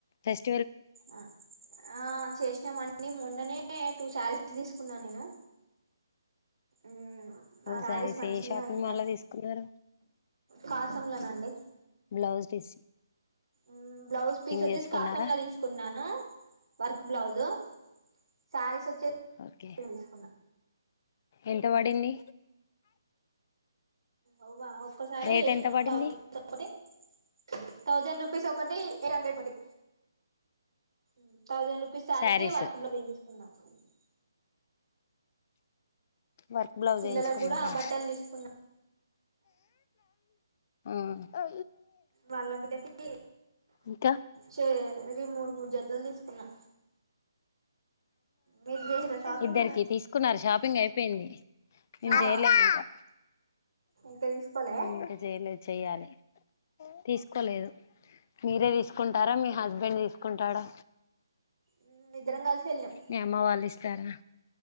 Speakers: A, on the left; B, on the right.
A: ఫెస్ట్
B: ఆ ఆ చేసినామం డి మొన్ననే టూ శారీస్ తీసుకున్నాను నేను మ్
A: ఓ
B: ఆ శారీస్
A: సారీస్
B: మంచినే
A: ఏ షాపింగ్
B: ఉన్నాయి
A: మాల్ లో తీసుకున్నారు
B: కాటం లో నండి
A: బ్లౌజ్ పీస్
B: మ్ బ్లౌజ్ పీస్ వచ్చేసి
A: చేసుకున్నారా
B: కాసంలో తీసుకున్నాను వర్క్ బ్లౌజు శారీస్ వచ్చేసి
A: ఓకే
B: తీసుకున్నాను
A: ఎంత పడింది
B: అవా ఒక్కసారి
A: రేట్
B: <unintelligible>
A: ఎంత పడింది
B: థౌజండ్ రూ పీస్ ఒకటి ఎయిట్ హండ్రెడ్ పడ్డది మ్ థౌసండ్ రూపీస్ శారీ
A: saris
B: కి work blouse చేయించుకునా <unintelligible>
A: work blouse
B: పిల్లలకు
A: వేయించుకున్నారా
B: కూడా బట్టలు తీసుకున్నాను
A: ఆ
B: వాళ్ల బిడ్డకి
A: ఇంకా
B: చే ఇది మూడ్ మూడు జతలు తీసుకున్నా మీరు చేసిరా షాపింగ్
A: ఇద్దరికి తీసుకున్నారు షాపింగ్ అయ్ అయిపోయింది నేను
B: ఆ
A: చేయలేదు ఇంకా
B: ఇంకా తీస్కోలే
A: నేను ఇంకా చేయలేదు చెయ్యాలి తీసుకోలేదు మీరే తీసుకుంటారా మీ హస్బెండ్ తీసుకుంటాడా
B: హ్మ్ ఇద్దరం కలిసి వెళ్ళినాం
A: మీ అమ్మ వాల్ ఇస్త్ సర్నా